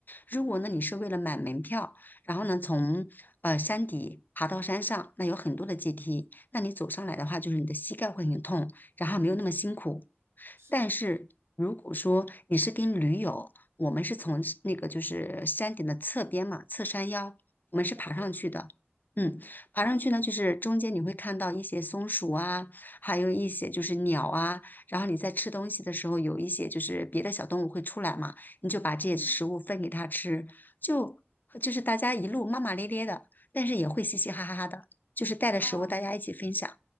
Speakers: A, on the left (about 45°); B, on the right (about 80°).
A: 如果呢你是为了买门票，然后呢从呃山底爬到山上，那有很多的阶梯，那你走上来的话，就是你的膝盖会很痛，然后没有那么辛苦。
B: 这个是
A: 但是如果说你是跟驴友，我们是从那个就是山顶的侧边嘛，侧山腰，我们是爬上去的。
B: 了解，嗯
A: 嗯，爬上去呢，就是中间你会看到一些松鼠啊，还有一些就是鸟啊。然后你在吃东西的时候，有一些就是别的小动物会出来嘛，你就把这些食物分给它吃，
B: 嗯，
A: 就就是大家一路骂骂咧咧的，但是也会嘻嘻哈哈的，就是带着食物大家一起分享。
B: 哦，